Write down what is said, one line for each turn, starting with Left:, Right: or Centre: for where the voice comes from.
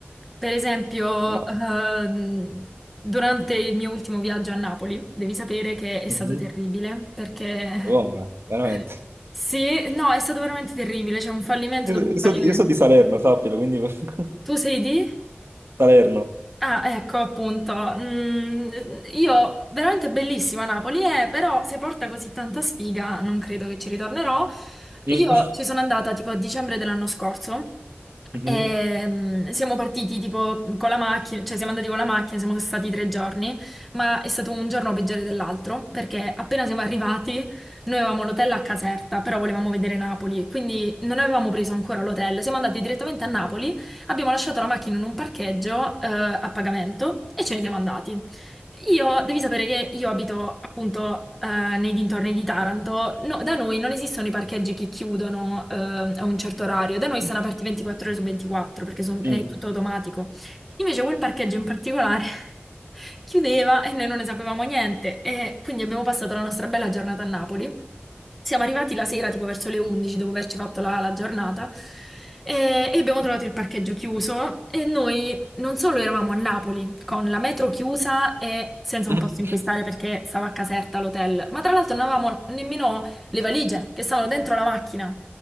Centre: Per esempio,
Right: ma
Centre: ehm, durante il mio ultimo viaggio a Napoli, devi sapere che è stato
Right: Mhm.
Centre: terribile perché
Right: ma come? Veramente.
Centre: <laughs> sì, no, è stato veramente terribile, c'è un fallimento
Right: Io,
Centre: dopo un
Right: io
Centre: fallimento.
Right: so, io so di Salerno, sappilo, quindi <laughs>
Centre: Tu sei di?
Right: Salerno.
Centre: Ah, ecco appunto. Mm, io veramente bellissima Napoli, eh, però se porta così tanta sfiga non credo che ci ritornerò.
Right: Mm,
Centre: Io ci sono andata tipo a dicembre dell'anno scorso
Right: Mhm.
Centre: e mm, siamo partiti tipo con la macchina, cioè siamo andati con la macchina, siamo stati tre giorni, ma è stato un giorno peggiore dell'altro perché appena siamo arrivati noi avevamo l'hotel a Caserta, però volevamo vedere Napoli, quindi non avevamo preso ancora l'hotel, siamo andati direttamente a Napoli. Abbiamo lasciato la macchina in un parcheggio, eh, a pagamento e ce ne siamo andati. Io, devi sapere che io abito appunto eh, nei dintorni di Taranto. No, da noi non esistono i parcheggi che chiudono eh, a un certo orario, da noi sono aperti 24 ore su 24 perché son-
Right: mm.
Centre: è tutto automatico. Invece quel parcheggio in particolare Chiudeva e noi non ne sapevamo niente e quindi abbiamo passato la nostra bella giornata a Napoli. Siamo arrivati la sera, tipo verso le 11, dopo averci fatto la, la giornata, e, e abbiamo trovato il parcheggio chiuso. E noi non solo eravamo a Napoli, con la metro chiusa e senza
Right: <laughs>
Centre: un posto in cui stare perché stava a Caserta l'hotel, ma tra l'altro non avevamo nemmeno le valigie che stavano dentro la macchina.